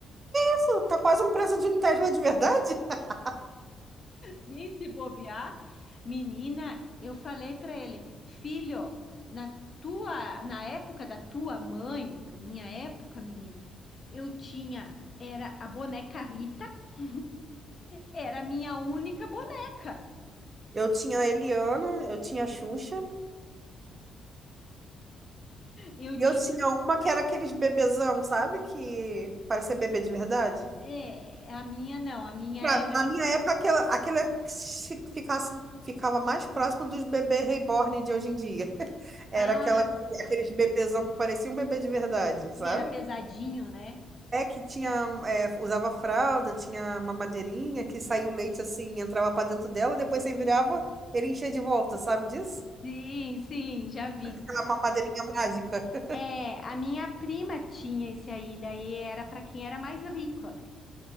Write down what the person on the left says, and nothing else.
sim, se bobear. Menina, eu falei pra ele, filho, na tua, na época da tua mãe, na minha época, menina, eu tinha, era a boneca Rita, <laughs> Era a minha única boneca.
Eu
tinha.
É, a minha não, a minha
era.
Ah,
sim.
Sim,
Era pesadinho, né?
Sim, sim, já vi.
É, a minha prima tinha esse aí, daí era para quem era mais rico, né?